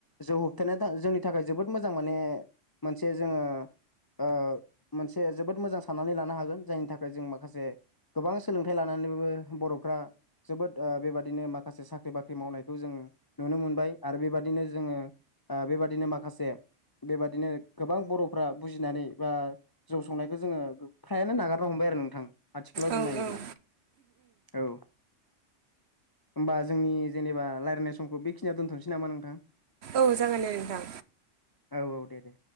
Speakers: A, on the left; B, on the right.
A: जों होबथानाया जोंनि थाखाय जोबोद मोजां माने मोनसे जोङो ओ मोनसे जोबोद मोजां साननानै लानो हागोन जायनि थाखाय जों माखासे गोबां सोलोंथाइ लानानैबबो बर'फ्रा जोबोद बेबादिनो माखासे साख्रि बाख्रि मावनायखौ जों नुनो मोनबाय आरो बेबादिनो जोङो बेबादिनो माखासे बेबादिनो गोबां बर'फ्रा बुजिनानै बा जौ संनायखौ जोङो फ्रायानो नागारनो हमबाय आरो नोंथां आथिखालाव
B: ओं
A: जों नायोब्ला
B: ओं
A: औ होमबा जोंनि जेनेबा रायज्लायनाय समखौ बेखिनियाव दोनथ'नोसै नामा नोंथां।
B: औ जागोन दे नोंथां।
A: औ औ दे दे।